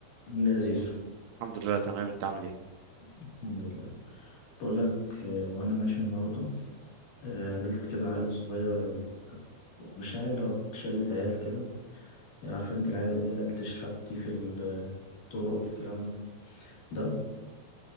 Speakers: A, on the left; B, on the right.
A: لذيذ
B: الحمد لله تمام انت عامل ايه
A: الحمد لله بقول لك آه، وانا ماشي النهارده آه، قابلت كده عيل صغير مش عيلة شلة عيال كده يعني عارف انت العيال اللي هي بتشحت دي في الطرق والكلام ده ده